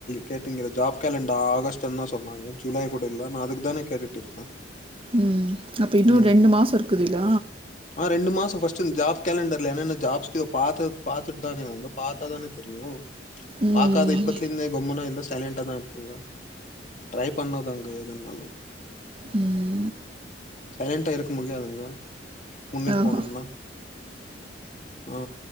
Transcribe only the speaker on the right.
ம் அப்போ இன்னும்
ரெண்டு மாதம் இருக்குதுல்ல
ம்
ம்
ஆஹா.